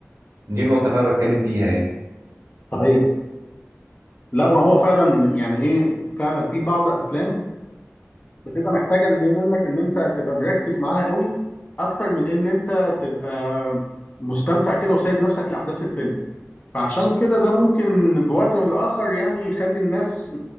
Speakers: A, on the right; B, on the left.
A: دي النقطه اللي انا بتكلم فيها يعني
B: صحيح لا ما هو فعلا يعني إيه فعلا في بعض أفلام بتبقى محتاجة إن- منك إن أنت تبقى مركز معاها قوي أكتر من إن أنت تبقى مستمتع كده وسايب نفسك لأحداث الفيلم فعشان كده ده ممكن بوقت من الآخر يعني يخلي الناس